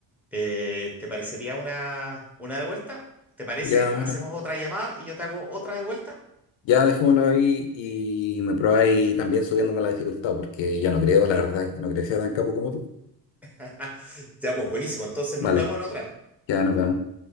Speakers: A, in the centre; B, on the left (about 70°).
A: Eh, ¿te parecería una, una de vuelta? ¿Te parece?
B: Ya,
A: Hacemos
B: ahora.
A: otra llamada y yo te hago otra de vuelta.
B: Ya dejémoslo ahí y me probáis también subiéndome la dificultad, porque ya no creo, la verdad, no creo que sea tan capo como tú.
A: <laughs> Ya, pues buenísimo. Entonces
B: Vale,
A: nos vemos en otra.
B: ya nos vemos.